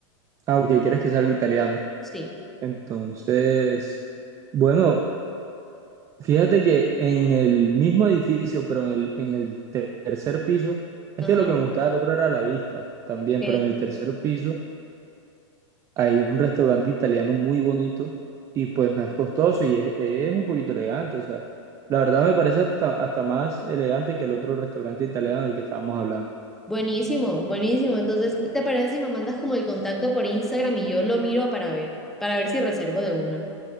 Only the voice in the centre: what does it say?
Sí.
Ajá,
ok.
Buenísimo, buenísimo. Entonces, ¿te parece si me mandas como el contacto por Instagram y yo lo miro para ver, para ver si reservo de una?